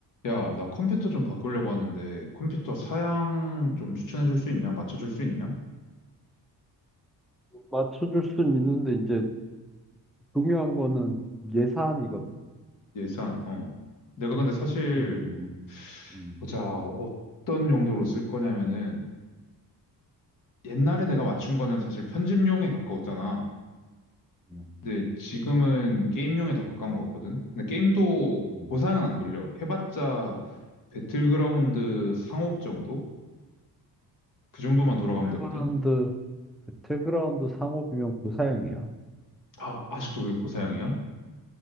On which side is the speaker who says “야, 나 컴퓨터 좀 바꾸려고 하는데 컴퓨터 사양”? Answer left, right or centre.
Left